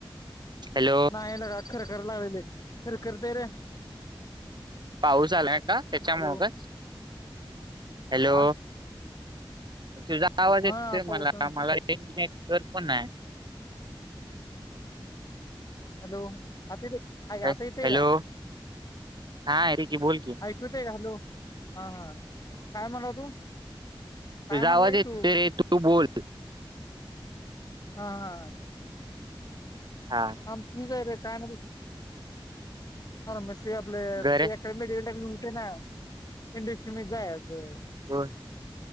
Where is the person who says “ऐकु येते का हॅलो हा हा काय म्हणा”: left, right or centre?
Left